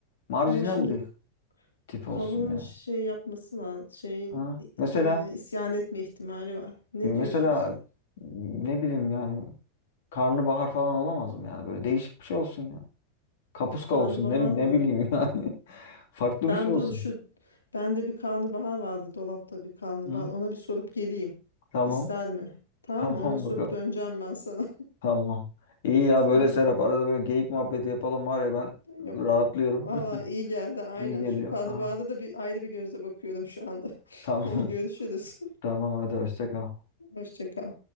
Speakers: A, on the left (about 55°); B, on the left (about 75°).
A: Marjinal
B: ama şimdi
A: bir
B: k-
A: tip
B: kavunun
A: olsun yani.
B: şey yapması lazım. Şeyin
A: Ha. Mesela
B: e, isyan etme ihtimali var. Ne
A: E, Mesela
B: diyorsun sen?
A: ne bileyim yani karnabahar falan olamaz mı yani böyle değişik bir şey olsun ya. Kapuska
B: Karnabahar
A: olsun ne,
B: mı?
A: ne bileyim yani. <laughs> Farklı
B: Ben
A: bir şey olsun.
B: dur şu bende bir karnabahar vardı dolapta bir karnabahar.
A: Hı?
B: Ona bir sorup geleyim.
A: Tamam.
B: İster mi? Tamam
A: Tamam
B: mı? Ona sorup
A: bakalım.
B: döneceğim ben sana.
A: Tamam. İyi ya
B: <laughs> Tamam.
A: böyle Serap arada böyle geyik muhabbeti yapalım var ya ben rahatlıyorum.
B: Yap. Valla
A: <laughs>
B: iyi geldi aynen.
A: İyi geliyor.
B: Şu karnabahara
A: Aha.
B: da bir ayrı bir gözle bakıyorum şu anda. <laughs>
A: Tamam.
B: Görüşürüz.
A: <laughs> Tamam hadi hoşça kal.
B: Hoşça kal.